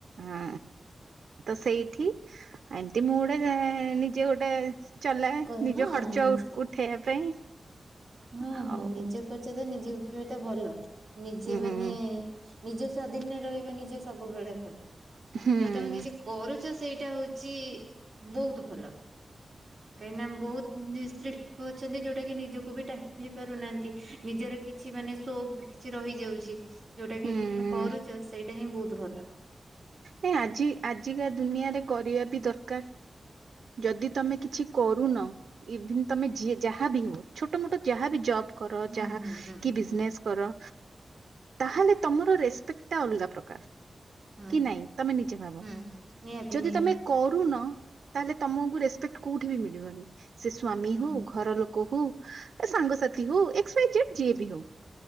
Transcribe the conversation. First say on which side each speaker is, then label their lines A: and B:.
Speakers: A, on the right; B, on the right.
A: ହଁ ତ ସେଇଠି ଏମତି ମୁଁ ଗୋଟେ ଯେ ନିଜେ ଗୋଟେ ଚଲାଏ
B: ହଁ
A: ନିଜ ଖର୍ଚ୍ଚ
B: ନିଜେ
A: ଉ- ଉଠେଇବା ପାଇଁ।
B: ହଁ,
A: ଆଉ
B: ହଁ ନିଜ ଖର୍ଚ୍ଚ ତ ନିଜେ ଉଠେଇବାଟା ଭଲ। ନିଜେ
A: ହୁଁ
B: ମାନେ
A: ହୁଁ
B: ନିଜ ସ୍ଵାଧୀନରେ ରହିବେ, ନିଜେ ସବୁବେଳେ ଭଲ।
A: ହୁଁ
B: ଯହା ତୋମେ କିଛି କରୁଚ ସେଇଟା ହଉଛି ବହୁତ ଭଲ। କାହିଁକିନା ବହୁତ ଯେ ସ୍ତ୍ରୀ ଲୋକ ଅଛନ୍ତି ଯୋଉଟା କି ନିଜ କୁ ବି ଟା ଦେଇ ପାରୁନାହାନ୍ତି। ନିଜର କିଛି ମାନେ ସୋପ୍ କିଛି ରହିଯାଉଛି। ଯୋଉଟା
A: ହୁଁ
B: କି ତୋମେ କରୁଚ ସେଇଟା ହିଁ ବହୁତ ଭଲ।
A: ନାଇଁ ଆଜି ଆଜିକା ଦୁନିଆରେ କରିବା ବି ଦରକାର। ଯଦି ତୋମେ କିଛି କରୁନ, ଇଭିନ୍ ତୋମେ ଯିଏ ଯାହାବି ହୁଅ ଛୋଟ ମୋଟ ଯାହାବି ଜବ୍ କର,
B: ହୁଁ
A: ଯାହା
B: ହୁଁ ହୁଁ
A: କି ବିଜନେସ୍
B: ହୁଁ
A: କର। ତାହେଲେ ତୋମର ରେସ୍ପେକଟ ଟା ଅଲଗା ପ୍ରକାର।
B: ହୁଁ
A: କି ନାଇଁ ତୋମେ ନିଜେ ଭାବ।
B: ହୁଁ ନିହାତି
A: ଯଦି
B: ନିହାତି
A: ତୋମେ କରୁନ ତାହେଲେ ତୋମକୁ ରେସପେକ୍ଟ କୋଉଠି ବି ମିଳିବନି। ସେ ସ୍ଵାମୀ
B: ହୁଁ
A: ହଉ, ଘର ଲୋକ କହୁ ଏ ସାଙ୍ଗସାଥି ହଉ, ଏକ୍ସ, ୱାଇ, ଜେଡ୍ ଯିଏ ବି ହଉ।